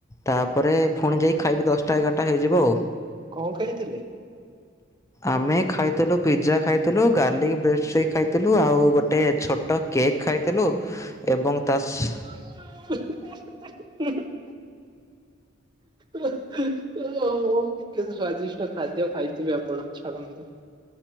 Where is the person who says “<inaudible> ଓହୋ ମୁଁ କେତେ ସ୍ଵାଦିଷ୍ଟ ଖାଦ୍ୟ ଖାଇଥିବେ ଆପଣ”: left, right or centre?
Right